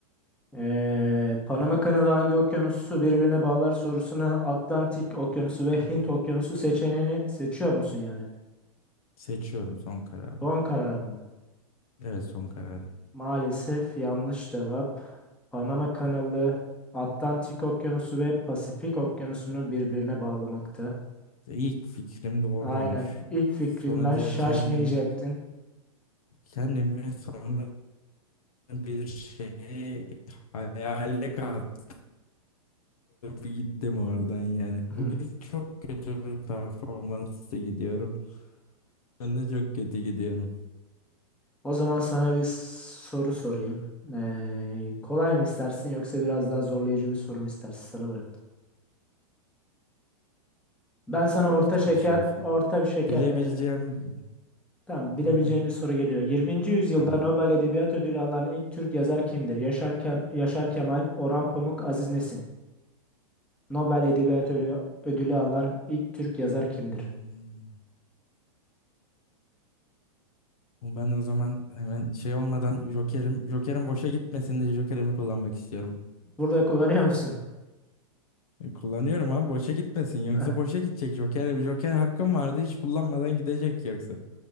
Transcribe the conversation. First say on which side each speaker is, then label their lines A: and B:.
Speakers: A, in the centre; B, on the left.
A: Ee, Panama kanalı hangi okyanusu birbirine bağlar sorusuna Atlantik Okyanusu ve Hint Okyanusu seçeneğini seçiyor musun yani?
B: seçiyorum son kararım.
A: Son kararım.
B: Evet son kararım.
A: Maalesef yanlış cevap. Panama kanalı Atlantik Okyanusu ve Pasifik Okyanusu'nu birbirine bağlamakta.
B: İlk fikrim doğruymuş.
A: Aynen ilk fikrinden
B: Sonra diğer
A: şaşmayacaktın.
B: kendimi kendimi sonra bir şey hayale kaptırıp gittim oradan yani.
A: <laughs>
B: Bugün çok kötü bir performansla gidiyorum. Ben de çok kötü gidiyorum.
A: O zaman sana bir soru sorayım. Ee, kolay mı istersin yoksa biraz daha zorlayıcı bir soru mu istersin? Sana bıraktım. Ben sana
B: Orta
A: orta şeker,
B: bir şey olsun.
A: orta bir şeker
B: Bilebileceğim...
A: vereceğim. Tamam, bilebileceğim
B: Hı hı,
A: bir soru geliyor. 20. yüzyılda
B: tamam.
A: Nobel Edebiyat Ödülü alan ilk Türk yazar kimdir? Yaşar, Kem- Yaşar Kemal, Orhan Pamuk, Aziz Nesin. Nobel Edebiyat Ölü- Ödülü alan ilk Türk yazar kimdir?
B: Hmm. Ben o zaman hemen şey olmadan Joker'im Joker'im boşa gitmesin diye Joker'imi kullanmak istiyorum.
A: Burada kullanıyor musun?
B: E, Kullanıyorum abi boşa gitmesin yoksa
A: <laughs> Eh,
B: boşa gidecek Joker Joker hakkım vardı hiç kullanmadan gidecek yoksa.